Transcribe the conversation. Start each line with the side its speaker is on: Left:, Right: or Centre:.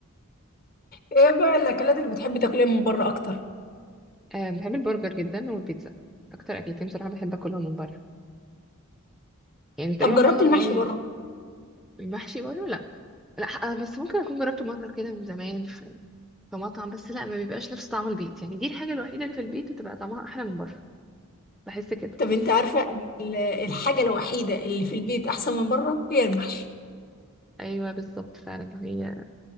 Left: ايه بقى الاكلات اللي بتحبي تاكليها من بره اكتر
Centre: <laughs> آه بحب البرجر جدا والبيتزا اكتر اكلتين بصراحه بحب اكلهم من بره يعني تقريبا
Left: طب جربت
Centre: معظم
Left: المحشي
Centre: يعني
Left: بره
Centre: المحشي بره لا لا آه، بس ممكن اكون جربته مره كده من زمان في في مطعم بس لا ما بيبقاش نفس طعم البيت يعني دي الحاجه الوحيده اللي في البيت بتبقى طعمها احلى من بره بحس كده
Left: طب انت عارفه ال- الحاجه الوحيده اللي في البيت احسن من بره هي المحشي
Centre: ايوه بالظبط فعلا هي